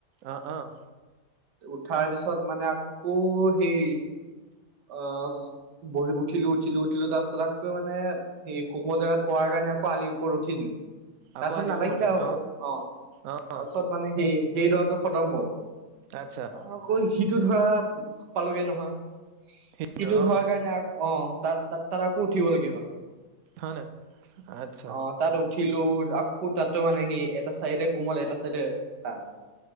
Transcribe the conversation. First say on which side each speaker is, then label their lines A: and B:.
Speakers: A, on the right; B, on the right.
A: অঁ অঁ
B: উঠাৰ পিছত মানে আকৌ সেই অ বহি উঠিলোঁ উঠিলোঁ উঠিলোঁ তাৰ পাছত কৈ মানে স কমল জোগাত পৰা কাৰণে আকৌ আলিৰ ওপৰত উঠি দিলোঁ।
A: আকৌ
B: তাৰপিছত
A: আলি
B: নালাগিলে
A: ওপৰত উঠি।
B: আৰু মোক অ
A: অ'
B: তাৰপিছত মানে সেই সেই ধৰাটো খতম হ'ল
A: আচ্ছা
B: আৰু আকৌ সিটো ধৰা পালোগে নহয়
A: সেইটো
B: সেইটোত ধোৱাৰ
A: অ'
B: কাৰণে অ তাত তাত তাৰ উঠিবলগীয়া হল
A: হয় নাই আচ্ছা
B: আহ তাত উ উঠিলো আকৌ তাতো মানে সেই এটা চাইডে কোমল এটা চাইডে টান